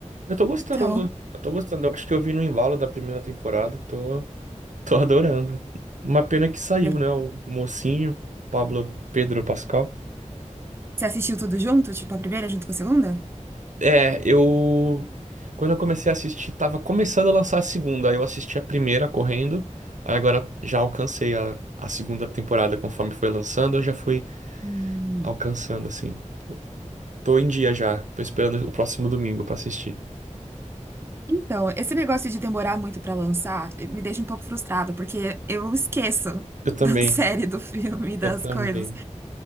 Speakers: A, on the right (about 75°); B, on the right (about 20°).
A: Eu tô gostando.
B: Então,
A: Eu tô gostando. Eu acho que eu vi no embalo da primeira temporada. Tô, tô adorando. Uma pena que saiu,
B: você
A: né? O mocinho, Pablo Pedro Pascal.
B: assistiu tudo junto? Tipo, a primeira junto com a segunda?
A: É, eu. Quando eu comecei a assistir, tava começando a lançar a segunda. Aí eu assisti a primeira correndo. Aí agora já alcancei a, a segunda temporada conforme foi lançando. Eu já fui
B: Hum,
A: alcançando, assim. Tô em dia já, tô esperando o próximo domingo pra assistir.
B: Então, esse negócio de demorar muito pra lançar eh, me deixa um pouco frustrada, porque eu esqueço
A: Eu também,
B: da <laughs> série, do filme, das
A: eu também.
B: coisas.